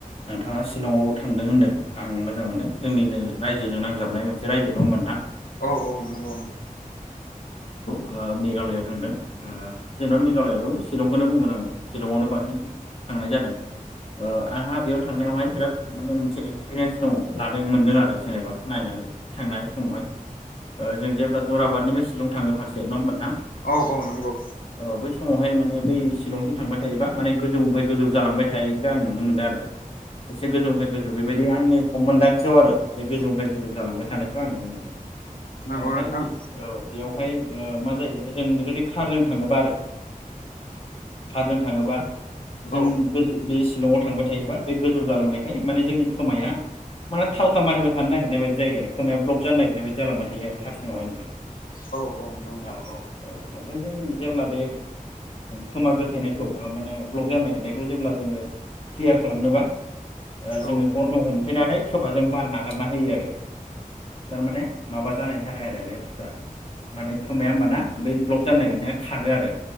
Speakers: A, on the left; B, on the left.
A: नोंथाङा शिलंआव थांदों होन्दों आं मोजां मोनदों जोंनिनो रायजोजों नांजाबनाय मोनसे रायजो दङ नोंथां
B: औ औ नंगौ नंगौ
A: ओ मेघालआव थांदों ओ जेनेबा मेघालयाबो शिलंखौनो बुंगोन आङो शिलंआवनो बांसिन थांनाय जादों ओ आंहा बेयाव थांनायावहाय बिराद माने मोनसे एक्सपिरियेन्स दं लादों मोनदों आरो जेनेबा नायनानै थांनाय समावहाय ओ जों जेब्ला जराबादनिफ्राय शिलं थाङो फारसे नङा होमबा नोंथां
B: औ औ नंगौ
A: औ बै समावहाय माने बै शिलंथिं थांबाय थायोबा माने गोजौनिफ्राय गोजौ जालांबाय थायोखौ आं नुनो मोन्दों आरो एसे गोजौनिफ्राय गोजौ बेबायदि आंनि हम मोन्दांथियाव आरो बे गोजौनिफ्राय गोजौ जालांबाय थानायखौ आं नुनो मोनदों
B: नंगौ
A: ओमफ्राय
B: नोंथां
A: बे औ बेयावहाय ओ मा जायो जों जुदि कारजों थाङोबा आरो कारजों थाङोबा जों
B: औ
A: बे सिलंआव थांबाय थायोबा बे गोजौ जालांनायखाय माने जोंनि खोमाया माने थालखा मारिबाय थानो नागिरनाय बायदि जायो आरो खोमाया ब्लक जानो नागिरनाय बायदि जालांबाय थायो आरो खार सिङावहाय नोंथां
B: औ नंगौ
A: औ औ औ ओमफाय जों जेब्ला बे खोमा गोथेनायखौ ओ माने ब्लक जानाय नागिरनायखौ जेब्ला जोङो क्लियार खालामनोबा जोङो
B: औ
A: गन्थं हमथेनानै खोमाजों बार नागारना होयो आरो थारमाने माबा जानायनि थाखाय आरो बे बुस्थुआ माने खोमाया होमबाना बै ब्लक जानो नागिरनाया खारो आरो